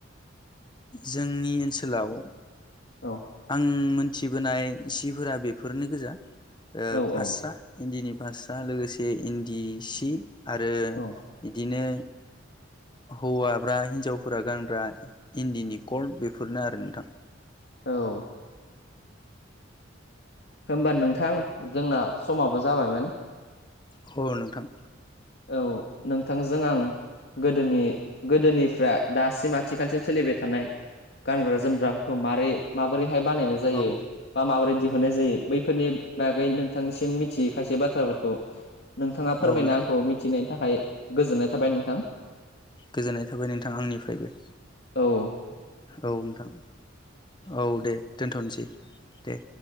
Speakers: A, on the left (about 25°); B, on the left (about 60°).
A: जोंनि ओनसोलाव
B: औ
A: आं मोन थिबोनाय सिफोरा बेफोरनो गोजा ओ
B: औ
A: फास्रा
B: औ
A: इन्दिनि फास्रा लोगोसे इन्दि सि आरो
B: औ
A: इदिनो हौवाब्रा हिन्जावफोरा गानग्रा इन्दिनि कर्ड बेफोरनो आरो नोंथां।
B: औ होमबा नोंथां जोंना समाबो जाबायमोन।
A: ह' नोंथां।
B: औ नोंथांजों आं गोदोनि गोदोनिफ्रा दासिम आथिखालसिम सोलिबाय थानाय गानग्रा जोमग्राफोर <unintelligible> मारै माबोरैहाय बानायनाय जायो
A: औ
B: बा माबोरै दिहुननाय
A: औ
B: जायो बै फोरनि बागै नोंथांनिसिम मिथियै खायसे बाथ्राफोरखौ नोंथाङा फोरमायना
A: औ नोंथां
B: आंखौ मि नि थाखाय गोजोननाय थाबाय नोंथां।
A: गोजोननाय थाबाय नोंथां आंनिफ्रायबो।
B: औ औ।
A: औ नोंथां औ दे दोनथ'नोसै दे।